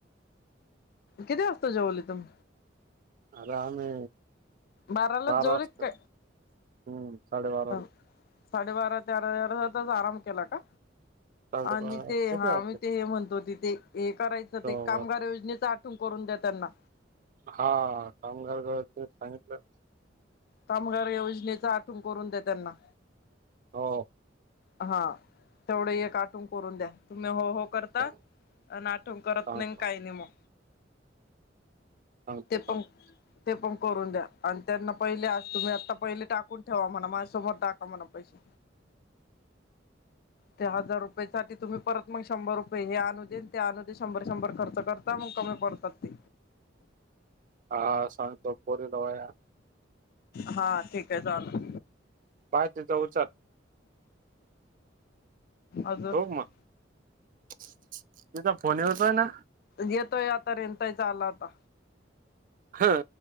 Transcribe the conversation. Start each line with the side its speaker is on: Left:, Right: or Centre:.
Left: किती असतो जेवली तम
Right: आता आम्ही
Left: बारला
Right: बारा
Left: जोली
Right: वाजता
Left: का
Right: हम्म साडेबाराला
Left: ह साडेबारा तेरातच आराम केला का
Right: साडेबारा
Left: आणि ते
Right: किती
Left: हा
Right: वाजले
Left: मी ते हे म्हणतो तथ हे करायच
Right: हो,
Left: कामगार योजनेचा आठवून करून द्या त्यांना
Right: हा कामगार कर सांगितलं
Left: कामगार योजनेच आठवण करून दे त्यांना
Right: हो
Left: हा तेवढं हे काटून करून द्या तुम्ही हो हो करता
Right: सांग
Left: नाटण करत
Right: सांग
Left: नाही काही नाही मग
Right: सांगतो
Left: ते
Right: थांब
Left: पण ते पण करून द्या आणि त्यांना पहिले आज तुम्ही आता पहिले टाकून ठेवा म्हणा माझ्यासोर टाका म्हणा पैसे त्या हजार रुपये सा तुम्ही परत मग शंभर रुपये हे आणू देन ते आणू दे शंभर शंभर खर्च करता मग कमी पडतात ते
Right: ह सग तो पोरी रवया
Left: हा ठीक आहे चालू
Right: बाहे तिचा उचार
Left: अजून
Right: हो मग तुचा फोन येलतोय ना
Left: येतोय आता रेताय चाला आता
Right: ह